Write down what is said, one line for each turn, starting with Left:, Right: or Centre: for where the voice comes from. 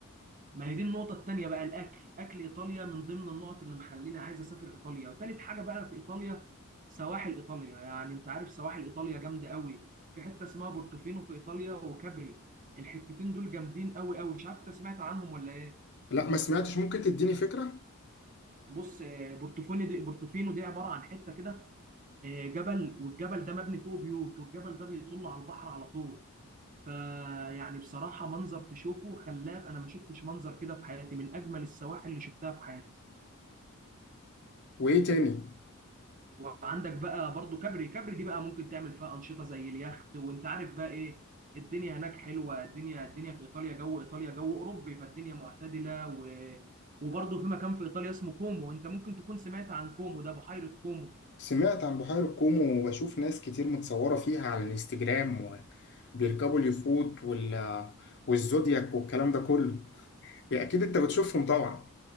Right: ما هي دي النقطة التانية بقى الأكل، أكل إيطاليا من ضمن النقط اللي مخليني عايز أسافر إيطاليا، وتالت حاجة بقى في إيطاليا سواحل إيطاليا، يعني أنت عارف سواحل إيطاليا جامدة قوي، في حتة اسمها بورتوفينو في إيطاليا وكابري، الحتتين دول جامدين قوي قوي، مش عارف أنت سمعت عنهم ولا إيه؟
Left: لا ما سمعتش ممكن تديني فكره
Right: بص آه، بورتوفينو دي بورتوفينو دي عبارة عن حتة كده آه، جبل والجبل ده مبني فوقه بيوت، والجبل ده بيطل على البحر على طول، فيعني بصراحة منظر تشوفه خلاب أنا ما شفتش منظر كده في حياتي من أجمل السواحل اللي شفتها في حياتي.
Left: وايه تاني
Right: وعندك بقى برضو كبري كبري دي بقى ممكن تعمل فيها انشطه زي اليخت وانت عارف بقى ايه الدنيا هناك حلوه الدنيا الدنيا في ايطاليا جو ايطاليا جو اوروبي فالدنيا معتدله و... وبرضو في مكان في ايطاليا اسمه كومو انت ممكن تكون سمعت عن كومو ده بحيره كومو
Left: سمعت عن بحيره كومو وبشوف ناس كتير متصوره فيها على الانستجرام وبيركبوا اليخوت وال والزودياك والكلام ده كله يا اكيد انت بتشوفهم طبعا